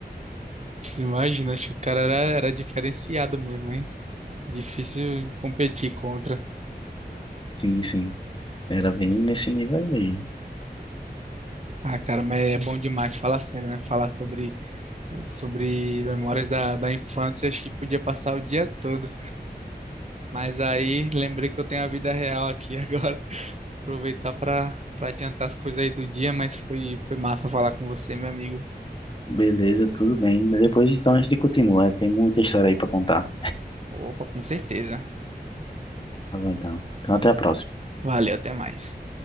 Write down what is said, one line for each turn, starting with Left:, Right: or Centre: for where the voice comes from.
Right: Imagina, acho que o cara era, era diferenciado mesmo, hein? Difícil competir contra.
Left: Sim, sim. Era bem nesse nível aí mesmo.
Right: Ah, cara, mas é bom demais falar sério, né? Falar sobre, sobre memórias da, da infância, acho que podia passar o dia todo. Mas aí lembrei que eu tenho a vida real aqui <laughs> agora. Aproveitar para para adiantar as coisas aí do dia, mas foi, foi massa falar com você, meu amigo.
Left: Beleza, tudo bem. Depois então a gente continua. Tem muita história aí pra contar.
Right: Opa, com certeza.
Left: Tá bom então. Então até a próxima.
Right: Valeu, até mais.